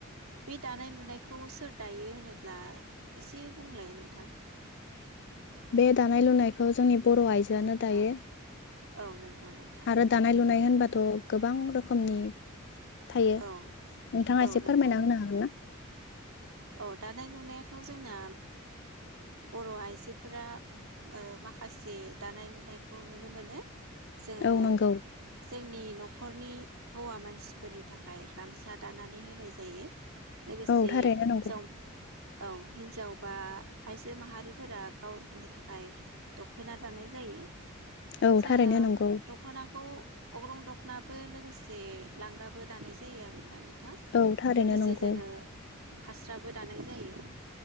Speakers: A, on the right; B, on the left.
A: बे दानाय लुनायखौ सोर दायो होनोब्ला एसे बुंलाय नोंथां
B: बे दानाय लुनायखौ जोंनि बर आइजो यानो दायो
A: ओ औ नंगौ नोंथां
B: आरो दानाय लुनाय होनबाथ गोबां रोखोमनि थायो नोंथाङा
A: औ औ
B: एसे
A: नंगौ
B: फोरमायना होनो हागोन ना
A: औ दानाय लुनायाथ जोंना बर आइजोफोरा माखासे दानाय लुनायखौ नुनो मोनो जोङो
B: औ नंगौ
A: जोंनि नख नखरनि हौवा मानसिफोरनि थाखाय गामसा दानानै होनाय जायो लोगोसे
B: औ थारैनो
A: हिन्जाव
B: नंगौ
A: औ हिनजाव बा आइजो माहारिफोरा गावनि थाख थाखाय दखना दानाय जायो
B: औ
A: जोङो
B: थारैनो नंगौ
A: दखनाखौ अग्रं दख नाबो लोगोसे लांगाबो दानाय जायो आरोना नों थां
B: औ थारैनो
A: लोगोसे
B: नंगौ
A: जोङो फास्राबो दानाय जायो